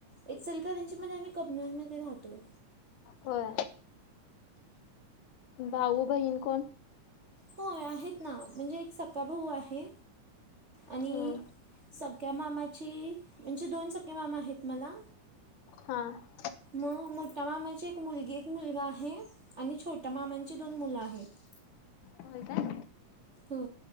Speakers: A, on the right; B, on the left.
A: इचलकरंजी मध्ये आम्ही, कबनूर मधे राहतोय.
B: होय, भाऊ बहीण कोण?
A: हो आहेत ना म्हणजे एक सख्खा भाऊ आहे आणि
B: हम्म
A: सख क्या मामाची म्हणजे दोन सक्के मामा आहेत मला
B: हां
A: मग मोठा मामाची एक मुलगी एक मुलगा आहे आणि छोट्या मामांची दोन मुलं आहेत
B: हो काय
A: हो